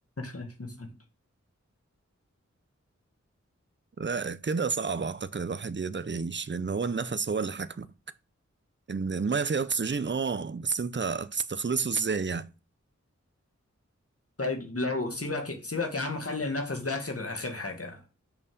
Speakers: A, on the left; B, on the right.
A: <laughs>
B: لا كده صعب اعتقد الواحد يقدر يعيش لان هو النفس هو اللي حاكمه ان الميه فيها اكسجين اه بس انت هتستخلصه ازاي يعني
A: طيب لو سيبك سيبك يا عم خلي النفس ده اخر اخر حاجة